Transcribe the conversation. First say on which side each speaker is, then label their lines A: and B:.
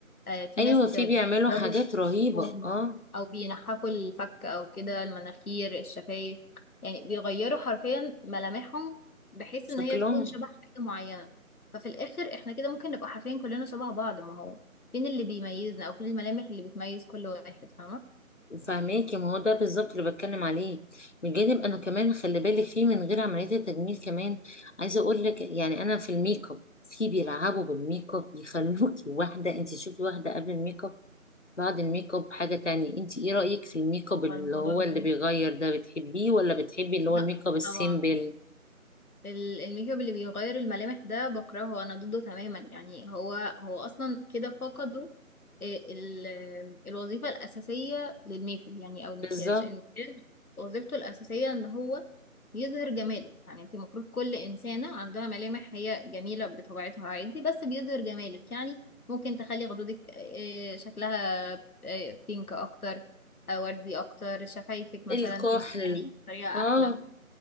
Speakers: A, on the left; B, on the left.
A: آه، في
B: ايوه
A: ناس
B: في بيعملوا
A: بيبردوا
B: حاجات رهيبة
A: بجسمهم
B: اه
A: او بينحفوا الفك او كده المناخير الشفايف يعني بيغيروا حرفيا ملامحهم بحيث
B: شكلهم
A: ان هي تكون شبه حاجة معينة ففي الاخر احنا كده ممكن نبقى حرفيا كلنا شبه بعض ما هو فين اللي بيميزنا او فين الملامح اللي بتميز كل واحد فاهمة
B: فهماكي ما هو ده بالظبط اللي بتكلم عليه بجانب انا كمان خلي بالك في من غير عملية التجميل كمان عايزة اقول لك يعني انا في الميك اب في بيلعبوا بالميك اب يخلوكي واحدة انت تشوفي واحدة قبل الميك اب بعد الميك اب حاجة تانية انت ايه رأيك في الميك اب اللي
A: هو الموضوع
B: هو
A: ده
B: اللي بيغير ده بتحبيه ولا بتحبي اللي
A: لا
B: هو الميك اب السيمبل
A: طبعا ال- الميك اب اللي بيغير الملامح ده بكرهه انا ضده تماما يعني هو هو اصلا كده فقدوا ال- ال- الوظيفة الأساسية للميك اب يعني او المكياج
B: بالظبط
A: المكياج وظيفته الأساسية ان هو يظهر جمالك يعني انت المفروض كل إنسانة عندها ملامح هي جميلة بطبيعتها عادي بس بيظهر جمالك يعني ممكن تخلي خدودك آه، شكلها آه، بينك اكتر آه، وردي اكتر شفايفك مثلا
B: الكحل
A: ترسم عينيك بطريقة
B: اه
A: احلى